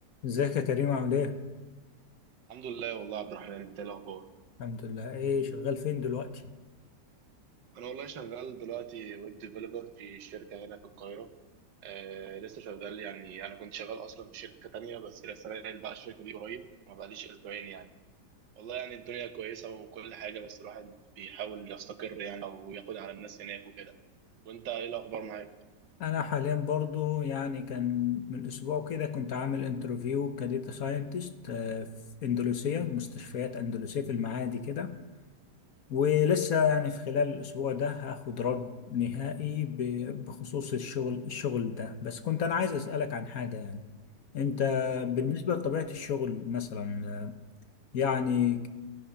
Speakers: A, on the left (about 60°); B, on the right (about 85°).
A: ازيك يا كريم عامل ايه؟
B: الحمد لله والله يا عبد الرحمن انت ايه الاخبار
A: الحمد لله ايه شغال فين دلوقتي؟
B: انا والله شغال دلوقتي ويب ديفلوبر في شركه هنا في القاهره آه لسه شغال يعني انا كنت شغال اصلا في شركه تانية بس لسه ناقل بقى الشركه دي قريب ما بقاليش اسبوعين يعني والله يعني الدنيا كويسه وكل حاجه بس الواحد بيحاول يستقر يعني او ياخد على الناس هناك وكده وانت ايه الاخبار معاك
A: انا حاليا برضو يعني كان من اسبوع كده كنت عامل انترفيو كديتا ساينتست في اندلسية مستشفيات اندلسية في المعادي كده ولسه
B: مم.
A: يعني في خلال الاسبوع ده هاخد رد نهائي ب- بخصوص الشغل الشغل ده بس كنت انا عايز اسألك عن حاجة يعني انت بالنسبة
B: اتفضل.
A: لطبيعة الشغل مثلا آه، يعني